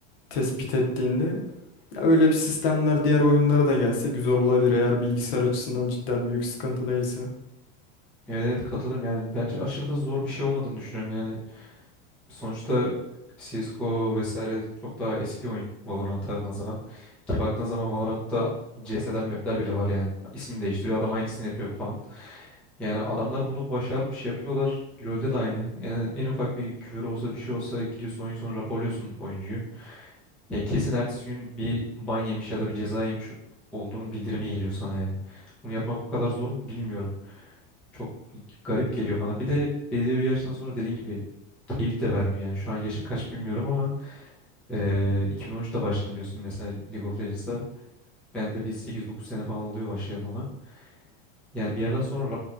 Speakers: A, on the left (about 70°); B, in the centre.
A: tespit ettiğinde. Ya öyle bir sistemler diğer oyunlara da gelse güzel olabilir eğer bilgisayar açısından cidden büyük sıkıntı değilse.
B: Evet, evet katılırım yani bence aşırı da zor bir şey olmadığını düşünüyorum yani sonuçta CSGO vesaire çok daha eski oyun Valorant'a nazaran ki baktığın zaman Valorant'ta CS'den map'ler bile var yani ismini değiştiriyor adam aynısını yapıyor falan yani adamlar bunu başarmış yapıyorlar LoL'de de aynı en, en ufak bir küfür olsa bir şey olsa gidiyorsun oyun sonu raporluyorsun oyuncuyu ya kesin ertesi gün bir ban yemiş ya da bir ceza yemiş olduğunun bildirimi geliyor sana yani bunu yapmak o kadar zor mu bilmiyorum çok garip geliyor bana. Bir de belirli bir yaştan sonra dediğin gibi keyif de vermiyor. Yani şu an yaşın kaç bilmiyorum ama eee 2013'te başladım diyorsun mesela League of Legends'a. Ben de bir 8-9 sene falan oluyor başlayalı ona. Yani bir yerden sonra